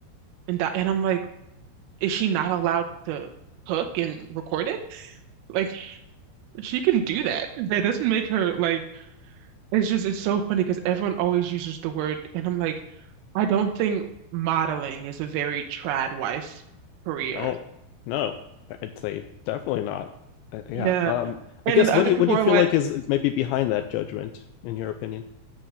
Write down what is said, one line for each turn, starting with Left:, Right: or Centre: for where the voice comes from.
Right: And that, and I'm like, is she not allowed to cook and record it? Like, she can do that. That doesn't make her, like, It's just it's so funny because everyone always uses the word, and I'm like, I don't think modeling is a very trad wife career.
Left: No, no, I'd say definitely not. Uh, yeah.
Right: Yeah.
Left: Um,
Right: And
Left: I guess
Right: then other
Left: what do you
Right: people
Left: what do you
Right: are
Left: feel
Right: like,
Left: like is, is maybe behind that judgment in your opinion?